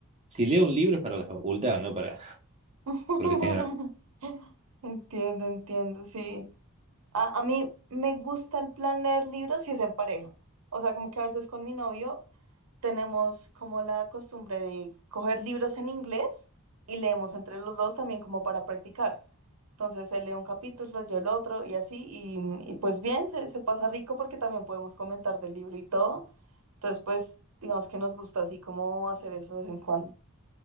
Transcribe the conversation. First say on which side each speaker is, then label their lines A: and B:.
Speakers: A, on the right (about 30°); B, on the right (about 75°).
A: si leo un libro es para la facultad, no para <laughs>
B: <laughs>
A: porque tenga.
B: Entiendo, entiendo, sí. A, a mí me gusta el plan leer libros si es en pareja. O sea, como que a veces con mi novio tenemos como la costumbre de coger libros en inglés y leemos entre los dos también como para practicar. Entonces él lee un capítulo, yo el otro y así. Y, y pues bien, se, se pasa rico porque también podemos comentar del libro y todo. Entonces pues digamos que nos gusta así como hacer eso de vez en cuando.